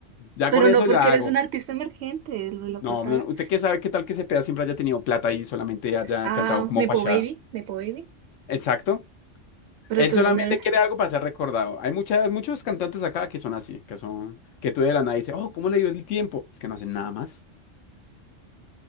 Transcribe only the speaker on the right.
pero
no porque
eres
un artista emergente, lo de la
plata.
Ah,
Nepo
Baby, Nepo Baby.
Pero
tú
no eres.